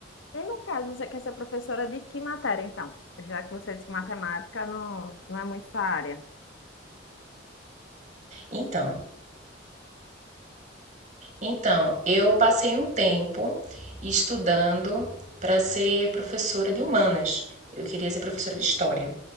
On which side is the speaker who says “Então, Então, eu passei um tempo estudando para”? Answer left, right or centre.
Right